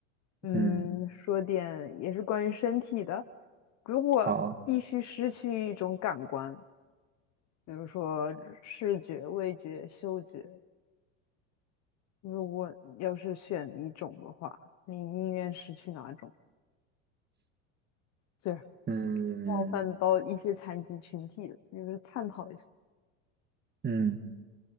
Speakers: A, on the left; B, on the right.
A: 嗯，
B: 嗯嗯，
A: 说点也是关于身体的。如果必须失去一种感官，
B: 好，
A: 比如说视觉、味觉、嗅觉，如果要是选一种的话，你宁愿失去哪种？最
B: 嗯
A: 冒犯到一些残疾群体的，就是探讨一下。
B: 嗯，